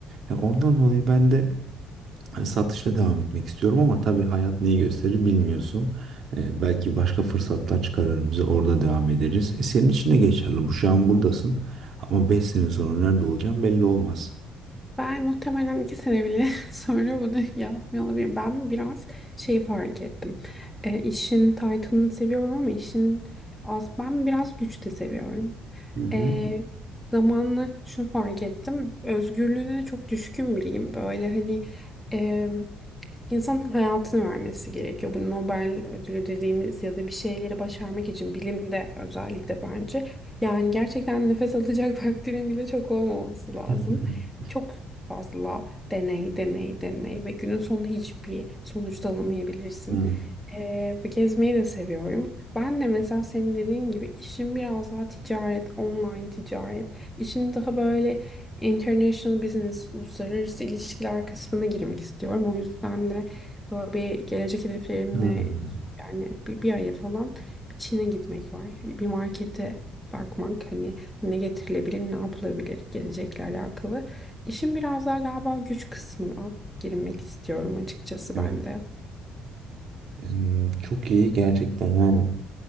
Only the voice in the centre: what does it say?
Ben muhtemelen iki sene bile <laughs> sonra bunu yapmıyor olabilirim. Ben biraz şey fark ettim. E, işin title'ını seviyorum ama işin az. Ben biraz güç de seviyorum.
E, zamanla şunu fark ettim. Özgürlüğüne de çok düşkün biriyim. Böyle hani İnsanın hayatını vermesi gerekiyor. Bu Nobel ödülü dediğimiz ya da bir şeyleri başarmak için bilimde özellikle bence. Yani gerçekten nefes alacak <laughs> vaktinin bile çok olmaması
lazım. Çok fazla deney, deney, deney ve günün sonunda hiçbir sonuç da alamayabilirsin.
Ee, gezmeyi de seviyorum. Ben de mesela senin dediğin gibi işim biraz daha ticaret, online ticaret. İşin daha böyle International Business, uluslararası ilişkiler kısmına girmek istiyorum. O yüzden de böyle bir gelecek hedeflerimle
yani bir, bir aya falan bir Çin'e gitmek var. Bir markete bakmak hani ne getirilebilir, ne yapılabilir gelecekle alakalı. İşin biraz daha galiba güç kısmına girmek istiyorum açıkçası
ben de.